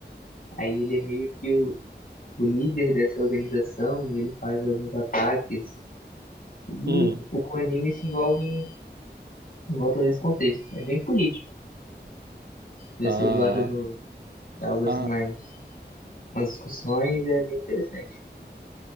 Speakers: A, on the left; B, on the right.
A: Aí ele é meio que o, o líder dessa organização e ele faz alguns ataques. E
B: hum.
A: o anime se envolve em, em volta desse contexto. É bem político. Se
B: Ah,
A: você gosta do, de algo assim
B: ah,
A: mais, umas discussões, é bem interessante.